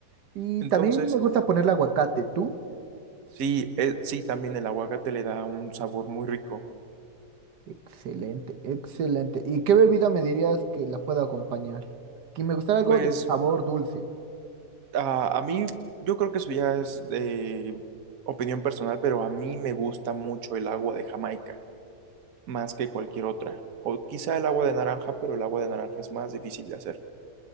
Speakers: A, on the right (about 80°); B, on the right (about 60°).
A: Y
B: Entonces,
A: también me gusta ponerle aguacate. ¿Tú?
B: sí, eh, sí, también el aguacate le da un sabor muy rico.
A: Excelente, excelente. ¿Y qué bebida me dirías que la pueda acompañar? Que me gustaría algo
B: Pues
A: de sabor dulce.
B: a, a mí, yo creo que eso ya es de opinión personal, pero a mí me gusta mucho el agua de Jamaica, más que cualquier otra. O quizá el agua de naranja, pero el agua de naranja es más difícil de hacer.